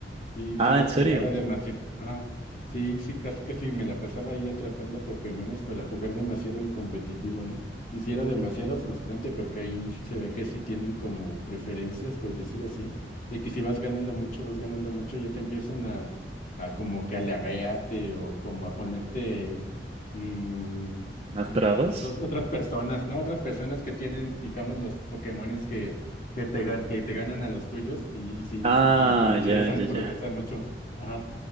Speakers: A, on the left; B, on the right.
A: Sí,
B: Ah,
A: sí lo
B: ¿en
A: jugaba
B: serio?
A: demasiado. Ajá. Sí, sí, casi casi me la pasaba ahí atrapando Pokémones para jugar demasiado el competitivo, ¿no? Y sí era demasiado
B: Oh,
A: frustrante porque ahí sí se ve que sí tienen como preferencias, por decir así, de que si vas ganando mucho, vas ganando mucho, ya te empiezan a, a como que halagarte o como a ponerte mm,
B: ¿Unas
A: mm,
B: trabas?
A: otros, otras personas, ¿no? Otras personas que tienen, digamos, los Pokémones que que te, gan- que te ganan a los tuyos y, y sí,
B: Ah,
A: sí, como que no
B: ya,
A: te dejan
B: ya,
A: progresar
B: ya.
A: mucho. Ajá,